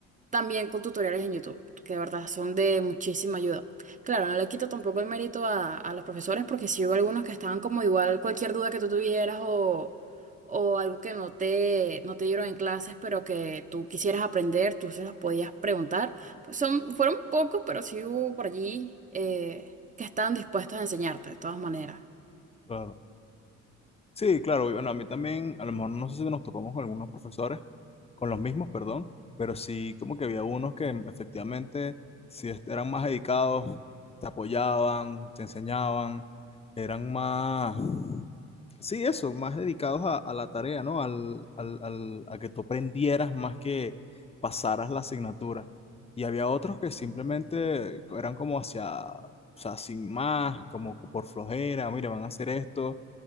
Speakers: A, on the right; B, on the left.
A: también con tutoriales en YouTube, que de verdad son de muchísima ayuda. Claro, no le quito tampoco el mérito a, a los profesores, porque si hubo algunos que estaban como igual cualquier duda que tú tuvieras o, o algo que no te, no te dieron en clases, pero que tú quisieras aprender, tú se los podías preguntar. Pues son, fueron pocos, pero sí hubo por allí eh, que estaban dispuestos a enseñarte, de todas maneras.
B: Claro. Sí, claro, y bueno, a mí también, a lo mejor no sé si nos topamos con algunos profesores, con los mismos, perdón, pero sí como que había unos que em, efectivamente sí est- eran más dedicados, te apoyaban, te enseñaban, eran más, sí, eso, más dedicados a, a la tarea, ¿no? Al, al, al- a que tú aprendieras más que pasaras la asignatura. Y había otros que simplemente eran como hacia, o sea, sin más, como por flojera, mire, van a hacer esto